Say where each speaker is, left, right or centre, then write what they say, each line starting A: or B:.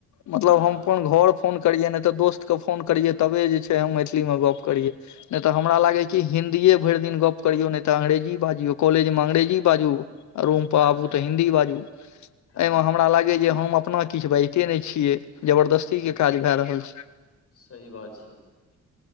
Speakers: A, on the left (about 70°); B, on the left (about 50°).
A: मतल
B: हँ
A: अपन घर फोन करियै नहि तऽ दोस्तके फोन करियै तबे जे छै हम मैथिलीमे गप करिय नहि तऽ हमरा लागै क हिंन्दीए भरि दिन गप करियौ नहि तऽ अंग्रेजी बाजियौ कॉलेज मे अंग्रेजी बाज रूम पर
B: अच्छा
A: आबू तऽ हिंन्दी बाजू एहिमे
B: हँ
A: हमरा लागय जे हम अपन किछु बाजिते ने छियै जबरदस्ती
B: हँ
A: के काज भए रहल छ
B: सही बात छ